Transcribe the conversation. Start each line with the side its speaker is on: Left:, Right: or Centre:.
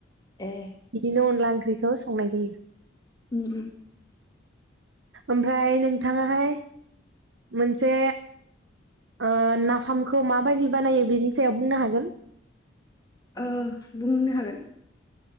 Left: ए
Right: बिदिनो अनला ओंख्रिखौ संनाय जायो
Left: उम उम
Right: ओमफ्राय नोंथाङाहाय मोनसे ओ नाफामखौ माबायदि बानायो बेनि सायाव बुंनो हागोन?
Left: ओ बुंनो हागोन